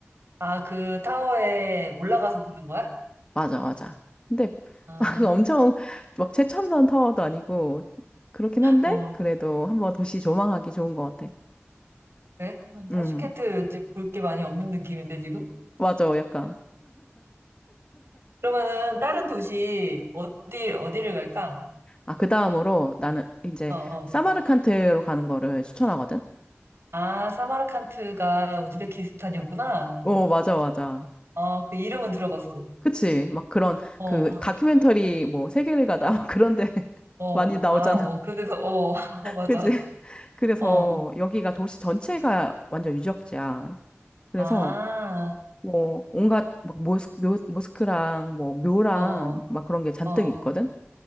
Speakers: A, on the right; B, on the left.
A: 아, 그 타워에 올라가서 보는 거야?
B: 맞아, 맞아. 근데
A: 아,
B: <laughs> 엄청 막 최첨단 타워도 아니고 그렇긴 한데
A: 어,
B: 그래도 한번 도시 조망하기 좋은 것 같아.
A: 그래? 음, 타슈켄트
B: 음,
A: 이제 볼 게 많이 없는 느낌인데, 지금?
B: 맞아, 약간.
A: 그러면은 다른 도시, 어디, 어디를 갈까?
B: 아, 그 다음으로 나는 이제
A: 어, 어.
B: 사마르칸트로 가는 거를 추천하거든.
A: 아, 사마르칸트가 우즈베키스탄이었구나.
B: 오 맞아, 맞아.
A: 어, 그 이름은 들어봤어.
B: 그치? 막 그런
A: 어,
B: 그 다큐멘터리 뭐 세계를 가다 막 그런데 <laughs>
A: 어,
B: 많이 나오잖아.
A: 아, 어, 그런데서, 어, <laughs> 어, 맞아.
B: 그치? 그래서
A: 어,
B: 여기가 도시 전체가 완전 유적지야. 그래서
A: 아.
B: 뭐 온갖 막 모스, 묘, 모스크랑 뭐 묘랑
A: 어,
B: 막 그런 게 잔뜩
A: 어,
B: 있거든.